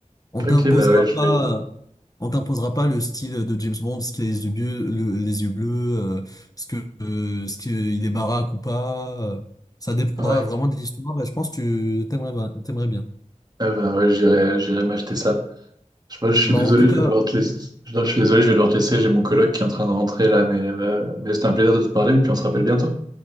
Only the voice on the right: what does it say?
ok, bah ouais, je
vais.
Ouais,
Ah bah ouais, j'irai, j'irai m'acheter ça. Je, moi, je suis
désolé,
je vais devoir te laisser. Je, je suis désolé, je vais devoir te laisser. J'ai mon coloc qui est en train de rentrer là, mais, euh, mais c'était un plaisir de te parler et puis on se rappelle bientôt.